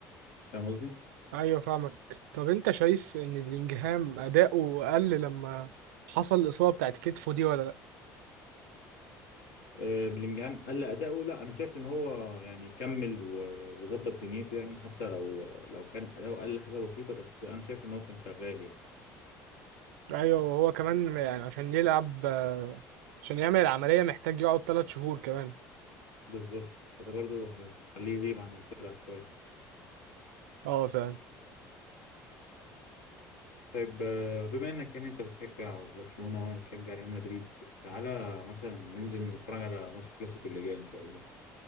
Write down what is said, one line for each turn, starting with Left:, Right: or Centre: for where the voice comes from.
Left: فاهم قصدي
Right: ايوه فاهمك طب انت شايف ان بلينجهام اداؤه قل لما حصل الاصابه بتاعت كتفه دي ولا لا
Left: آه، بلينجهام قل اداؤه لا انا شايف ان هو يعني كمل و- وظبط دنيته يعني حتى لو لو كان اداؤه قل حاجه بسيطه بس انا شايف ان هو كان شغال يعني
Right: ايوه وهو كمان يعني عشان يلعب آه، عشان يعمل العمليه محتاج يقعد ثلاث شهور كمان
Left: بالظبط فده برضو هيخليه يغيب عن الفرقه شويه
Right: اه فعلا
Left: طيب آه، بما انك يعني انت بتشجع برشلونه وانا بشجع ريال مدريد تعالى مثلا ننزل نتفرج على ماتش الكلاسيكو اللي جاي ان شاء الله